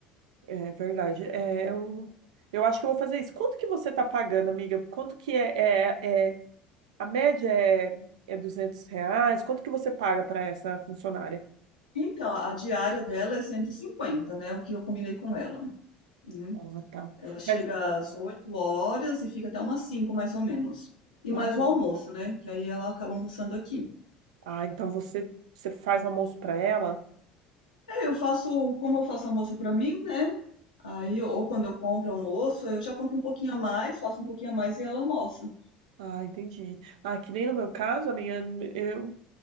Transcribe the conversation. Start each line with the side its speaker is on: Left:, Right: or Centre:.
Right: é verdade. É, eu, eu acho que eu vou fazer isso. Quanto que você tá pagando, amiga? Quanto que é, é, é A média é, é 200 reais. Quanto que você paga para essa funcionária?
Left: Então, a diária dela é 150, né? O que eu combinei com ela, né?
Right: Ah, tá.
Left: Ela chega
Right: Mas,
Left: às 8 horas e fica até umas 5, mais ou menos. E
Right: ah,
Left: mais o almoço, né? Que aí ela acaba almoçando aqui.
Right: ah, então você, você faz almoço para ela?
Left: É, eu faço, como eu faço almoço para mim, né? Aí, ou quando eu compro almoço, eu já compro um pouquinho a mais, faço um pouquinho a mais e ela almoça.
Right: Ah, entendi. Ah, que nem no meu caso, a minha, eu,